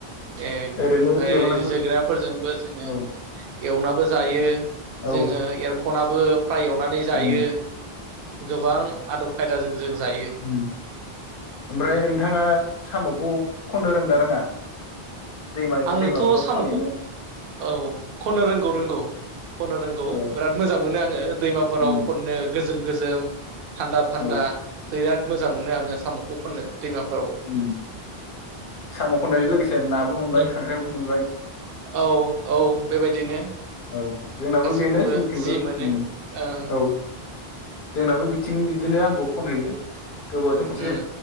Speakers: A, on the right (about 70°); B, on the left (about 60°).
A: ए
B: ओरैनो
A: ओमफ्राय
B: एवनांबो
A: जोगोनारफोरजोंबो जोङो
B: औ
A: एवनाबो जा जायो
B: औ
A: जोङो एरखनाबो फ्राइ एवनानै जायो
B: उम
A: गोबां आदब खायदाजों जों जायो
B: ओम ओमफ्राय नों - नोंथाङा साम'खौ खननो रोङो ना रोङा? दैमायाव
A: आङोथ
B: दैमाफोराव
A: साम'खौ
B: खनहैनो
A: औ खननो रोंगौ रोंगौ। खननो रोंगौ
B: औ
A: बिराद मोजां मोनो आङो दैमाफोराव
B: उम
A: खननो गोजोम गोजोम थानदा थानदा
B: औ
A: बिराद मोजां मोनो आङो साम खौ खननो। दैमाफोरावबो
B: ओम साम' खननायजों लोगोसे ना बो मोनबाय
A: नों
B: खांख्राइबो मोनबाय
A: औ औ बेबायदिनो
B: औ जोंनाबो
A: गासैखौबो
B: बेनो जोंथिबो
A: जि मोनो
B: उम
A: ओं
B: औ। जोंनाबो बिथिं बिदिनो आंबो खनहैयो। गोबावजों खनसे
A: उम